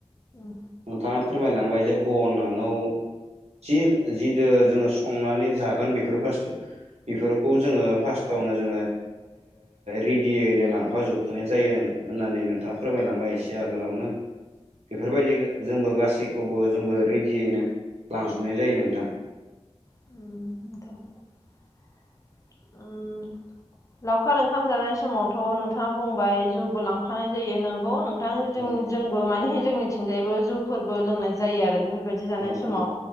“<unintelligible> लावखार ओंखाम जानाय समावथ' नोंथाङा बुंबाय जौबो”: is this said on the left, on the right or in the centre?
Left